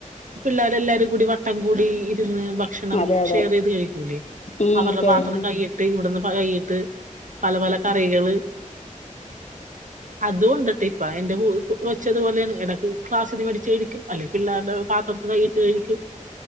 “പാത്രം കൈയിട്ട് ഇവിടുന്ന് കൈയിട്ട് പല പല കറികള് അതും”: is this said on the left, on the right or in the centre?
Right